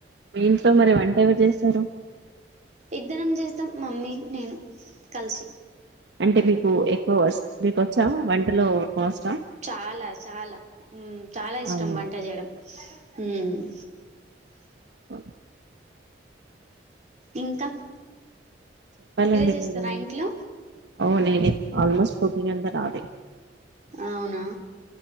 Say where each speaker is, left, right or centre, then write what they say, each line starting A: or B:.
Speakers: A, on the right; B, on the right.
A: మీ ఇంట్లో మరి వంట ఎవరు చేస్తారు
B: ఇద్దరం చేస్తాం మమ్మీ నేను కలిసి
A: అంటే మీకు ఎక్కువ మీకు వచ్చా వంటలో కోస్టా
B: చాలా చాలా మ్ చాలా ఇష్టం
A: అవునా
B: వంట చేయడం మ్
A: అ
B: ఇంకా
A: చెప్పాలండి
B: చేస్తారా
A: మీరే
B: ఇంట్లో
A: అవు నేనే ఆల్మోస్ట్ కుకింగ్ అంత రాదు
B: అవునా